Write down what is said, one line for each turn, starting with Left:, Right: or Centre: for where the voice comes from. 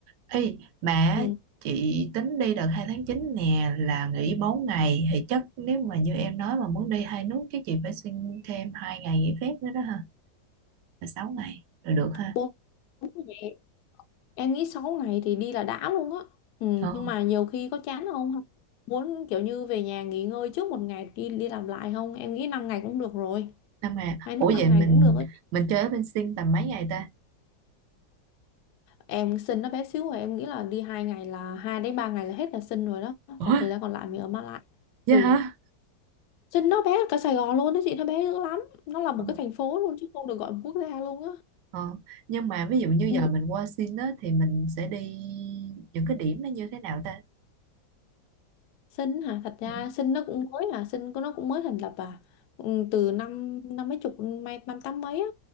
Right: Ê, mà
Left: ừ.
Right: chị tính đi đợt 2 tháng 9 nè là nghỉ 4 ngày thì chắc nếu mà như em nói mà muốn đi hai nước cái chị phải xin thêm hai ngày nghỉ phép nữa đó ha là 6 ngày rồi được ha
Left: bốn ngày em nghĩ 6 ngày thì đi là đã luôn á ừ.
Right: ờ
Left: nhưng mà nhiều khi có chán không muốn kiểu như về nhà nghỉ ngơi trước một ngày đi đi làm lại không em nghĩ 5 ngày cũng được rồi
Right: nhưng mà
Left: hai
Right: ủa
Left: nước 5
Right: vậy mình
Left: ngày cũng được á
Right: mình chơi ở bên Sing tầm mấy ngày ta
Left: em sinh nó bé xíu rồi em nghĩ là đi hai ngày là hai đến ba ngày là hết là sinh rồi đó
Right: ủa
Left: còn thời gian còn lại mình ở Mã Lai
Right: vậy
Left: tùy
Right: hả
Left: à sinh nó bé hơn cả Sài Gòn luôn đó chị nó bé dữ lắm nó là một
Right: ờ.
Left: cái thành phố luôn chứ không được gọi là một quốc gia luôn á
Right: ờ. nhưng mà ví dụ như
Left: Ừ,
Right: giờ mình qua Sing á thì mình sẽ đi những cái điểm nó như thế nào ta
Left: Sinh hả? Thật ra
Right: ừ
Left: Sinh nó cũng mới là Sinh của nó cũng mới thành lập à. Ừ, Từ năm năm mấy chục mấy năm tám mấy á.